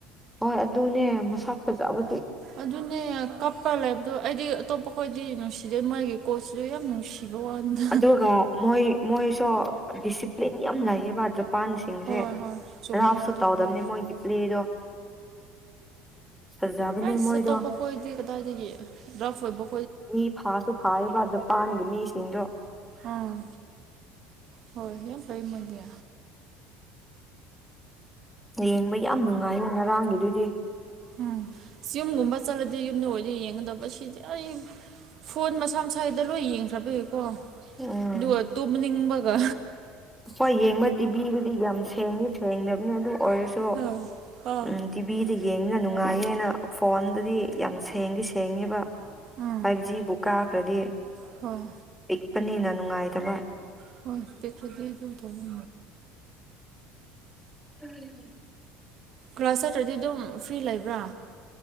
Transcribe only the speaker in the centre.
ꯍꯣꯏꯣꯏ ꯑꯗꯨ ꯑꯗꯨꯅꯦ ꯃꯁꯥ ꯐꯖꯕ
ꯑꯗꯨꯒ ꯃꯣꯏ ꯃꯣꯏꯁꯨ ꯗꯤꯁꯤꯄ꯭ꯂꯤꯟ ꯌꯥꯝ ꯂꯩꯌꯦꯕ ꯖꯄꯥꯟꯁꯤꯡꯁꯦ
ꯔꯥꯞꯁꯨ
ꯇꯥꯎꯗꯝꯕꯅꯦ ꯃꯣꯏꯒꯤ ꯄ꯭ꯂꯦꯗꯣ ꯐꯖꯕꯅꯦ
ꯃꯣꯏꯗꯣ
ꯃꯤ ꯐꯥꯁꯨ ꯐꯥꯕ ꯄꯥꯟꯒꯤ ꯃꯤꯁꯤꯡꯗꯣ
ꯌꯦꯡꯕ ꯌꯥꯝ ꯅꯨꯡꯉꯥꯏꯌꯦ ꯉꯔꯥꯡꯒꯤꯗꯨꯗꯤ
ꯎꯝ
ꯍꯣꯏ ꯌꯦꯡꯕ ꯇꯤꯕꯤꯤꯗꯨꯗꯤ ꯌꯥꯝ ꯁꯦꯡꯉ ꯁꯦꯡꯗꯕꯅꯤ ꯑꯗꯨ ꯑꯣꯏꯔꯁꯨ
ꯎꯝ ꯇꯤꯚꯤꯗꯒꯤ ꯌꯦꯡꯉꯅ ꯅꯨꯡꯉꯥꯏꯌꯦꯅ ꯐꯣꯟꯗꯨꯗꯤ ꯌꯥꯝ ꯁꯦꯡꯗꯤ ꯁꯦꯡꯉꯦꯕ
ꯐꯥꯏꯚ ꯖꯤꯕꯨ ꯀꯥꯈ꯭ꯔꯗꯤ
ꯄꯤꯛꯄꯅꯤꯅ ꯅꯨꯡꯉꯥꯏꯇꯕ
ꯎꯝ